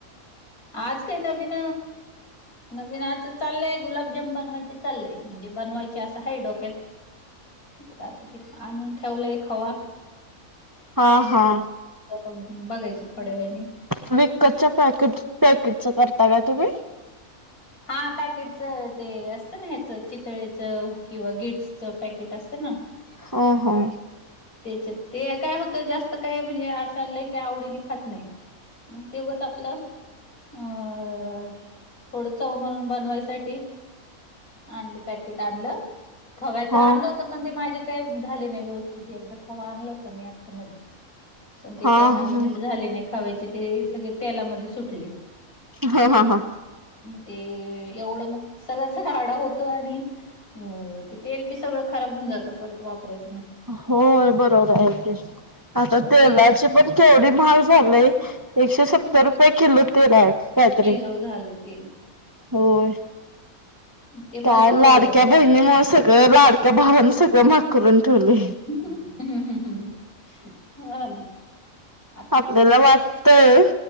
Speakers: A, on the left; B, on the right.
A: आज काही नवीन नवीन आज चाललय गुलाबजाम बनवायचे चाललय म्हणजे बनवायचे असं हाय डोक्यात. रात्रीत आणून ठेवलंय खवा.
B: हा हा
A: बघायचं थोड्या वेळाने
B: विकतच्या पॅकेट पॅकेट चोपटता का तुम्ही?
A: हा पॅकेटच ते असत. कुठलं पण घ्यायचं चितळेचं किंवा गिट्सचं पॅकेट असतं ना.
B: हा हा
A: त्याच्यात ते काय होत जास्त काय म्हणजे अशा काही आवडी नि खात नाही. मग तेवढंच आपलं आ थोड चव म्हणून बनवायसाठी आणली पॅकेट आणलं. खव्याचं
B: हा
A: आणलं होत पण ते माझे काय झाले नाही व्यवस्थित खवा आणलं होत. मी आता मध्ये पण ते
B: हा
A: काय माझे
B: हा
A: नीट झाले नाही खव्याचे ते सगळे तेलामध्ये सुटले.
B: ह ह ह
A: ते एवढं मग सगळंच राडा होतो आणि अ तेल बी सगळं खराब होऊन जात परत वापरायच.
B: होय बरोबर आहे ते आता
A: मग
B: तेलाची
A: ते
B: पण केवढी महाग झालय. एकशे सत्तर
A: तेच की
B: रुपये किलो तेल आहे. काहीतरी
A: किलो झालं तेल.
B: होय
A: ते
B: काय
A: मग अ,
B: लाडक्या बहिणी मुळे सगळं लाडक्या भावान सगळं महाग करून ठेवलं.
A: हम् हम् हम
B: आपल्याला वाटतय